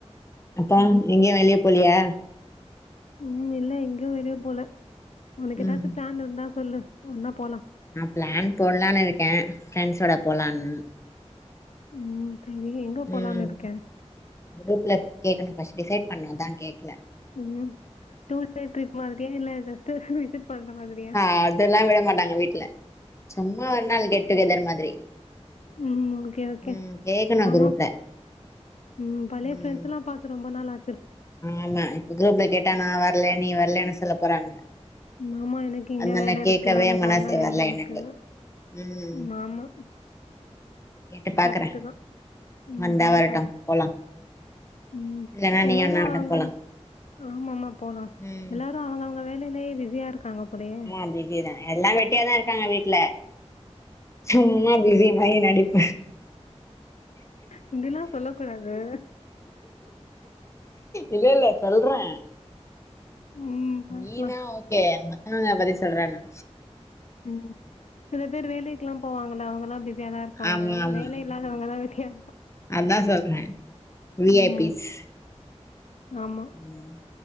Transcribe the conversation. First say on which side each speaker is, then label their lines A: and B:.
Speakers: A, on the left; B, on the left.
A: அப்பா
B: சரி
A: எங்கயு வெளிய போல்லியா
B: ம் இல்ல எங்க வெளிய போல உனக்கு
A: ம்
B: ஏதாச்சு பிளான் இருந்தா சொல்லு ஒன்னா போலா
A: நா பிளான் போட்லானு இருக்கே ஃப்ரெண்ட்ஸோட போலான்
B: ம் சரி எங்க போலான்னு
A: ம்
B: இருக்க
A: குரூப்ல கேக்கணு ஃபஸ்ட் டிசைட் பண்ணுதா கேக்
B: ம் டு டே ட்ரிப் மாதிரியா இல்ல <unintelligible> மாதிரியா
A: அதெல்லா விட மாட்டாங்க வீட்டுல சும்மா ஒரு நாள் கெட் டு கெதர் மாதிரி
B: உம் ஓக்கே ஓக்கே
A: ம் கேக்கணு
B: ஆமா
A: குரூப்ல
B: உம் பழைய
A: ம்
B: ஃபிரண்ட்ஸ் எல்லா பாத்து ரொம்ப நாள் ஆ
A: ஆமா இப்ப குரூப்ல கேட்டா நா வரல நீ வரலன்னு சொல்ல போறாங்க
B: மாமா எனக்கு
A: அதனால
B: இங்க வேலை இருக்கு
A: கேக்கவே
B: அனக்கு
A: மனசே
B: அங்க வேலை
A: வரல
B: இருக்கு
A: எனக்கு ம்
B: மாமா
A: கேட்டு பாக்குறே
B: கரெக்ட் தா உம்
A: வந்தா
B: பாரு
A: வரட்டு
B: பாரு
A: போலா
B: உம்
A: இல்லன்னா நீயு
B: எல்லாரு
A: நானு
B: அவங்க
A: போலா
B: ஆமா ஆமா போலா
A: ம்
B: எல்லாரு அவங்க அவங்க வே வேலையிலே பிஸியா இருக்காங்க போலயே
A: ஆ பிசி தா எல்லா வெட்டியாதா இருக்காங்க வீட்டுல சும்மா பிஸி மாரி நடிப்
B: இப்டி எல்லா சொல்ல கூடாது
A: இல்ல இல்ல சொல்றே
B: ம் பாக்லா
A: நீனா ஓக்கே அகாங்க பத்தி சொல்றேன்னா
B: உம் சில பேர் வேலைக்கு எல்லா போவாங்க இல் அவங்க எல்லா பி சியாதா இருப்பாங்க
A: ஆமா ஆமா
B: வேலே இல்லாதவங்கதா ஹியா
A: அதா சொல்றே வி
B: ம்
A: ஐ பிஸ்
B: ஆமா
A: ம்